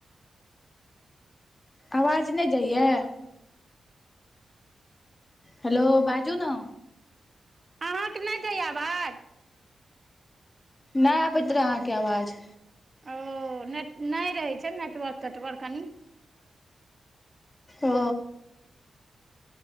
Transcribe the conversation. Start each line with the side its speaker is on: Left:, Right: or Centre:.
Left: आवाज नहि जाइयए हेलो, बाजू न
Right: अहाँकेँ नहि जाइयए आवाज <unintelligible>
Left: नहि आबैत रहे अहाँकेँ आवाज।
Right: ओ ने नहि रहै छै नेटवर्क तेटवर्क कनि।
Left: ओ।